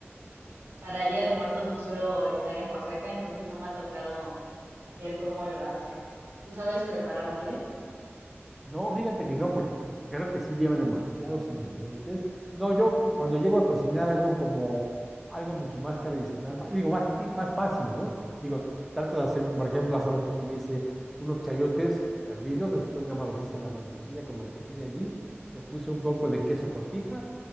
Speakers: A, on the right; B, in the centre.
A: para Día de Muertos no suelo estar en Oaxaca, entonces no me ha tocado ver cómo lo hacen. ¿Tú sabes preparar mole?
B: Ya. No, fíjate que no, porque cre- creo que sí lleva demasiados ingredientes. No, yo cu- cuando llego a cocinar hago como algo mucho más tradicional, ma- digo, más, ti- más fácil, ¿no? Digo, trato de hacer, como por ejemplo, hace ratito me hice unos chayotes hervidos, después nada más los hice a la mantequilla con mantequilla ghee, le puse un poco de queso cotija